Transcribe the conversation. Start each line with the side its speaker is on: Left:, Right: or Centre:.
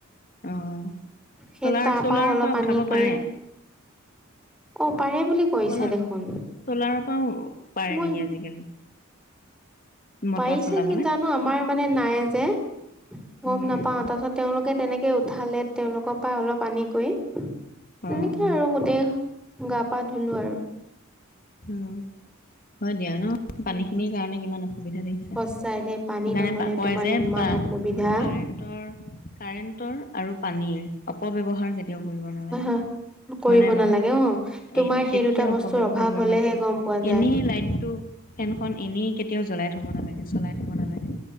Left: অ
Centre: সেই
Left: চলাৰ
Centre: তপাও
Left: চলাৰৰ
Centre: অলপ
Left: পৰা
Centre: পানীকৈ
Left: উঠাব পাৰে
Centre: অঁ পাৰে বুলি কৈছে
Left: চলাৰ,
Centre: দেখোন।
Left: চলাৰ পৰাও পাৰে
Centre: মই
Left: নেকি আজিকালি? মটৰ
Centre: পাৰিছে
Left: চলাবলে
Centre: নেকি জানো আমাৰ মানে নাই যে গম
Left: উম
Centre: নাপাও।
Left: উম
Centre: তাৰপাছত তেওঁলোকে তেনেকৈ উঠালে তেওঁলোকৰ পৰা অলপ আনি কৰি। তেনেকে
Left: অ অ
Centre: আৰু গোটেই গা পা ধুলো আৰু।
Left: উমঁ' হয় দিয়া ন'। পানী
Centre: উম,
Left: খিনিৰ কাৰণে কিমান অসুবিধা দেখিছা,
Centre: সঁচাই দে পানী
Left: সেইকাৰণে
Centre: নহ'লে
Left: কয়
Centre: তোমাৰ
Left: যে
Centre: ইমান
Left: বা
Centre: অসুবিধা
Left: কাৰেণ্ট কাৰেণ্টৰ আৰু পানীৰ অপব্যৱহাৰ কেতিয়াও কৰিব নালাগে।
Centre: <unintelligible> কৰিব
Left: হয় নাই বাৰু
Centre: নালাগে অঁ' তোমাৰ
Left: এই
Centre: সেই
Left: কেতিয়াও
Centre: দুটা বস্তুৰ
Left: অপব্যৱহাৰ
Centre: অভাৱ
Left: কৰিব
Centre: হ'লে
Left: নালাগে
Centre: হে গম পোৱা
Left: এনেই
Centre: যায়।
Left: লাইটটো ফেনখন এনেই কেতিয়াও জ্বলাই থব নালাগে, চলাই থব নালাগে।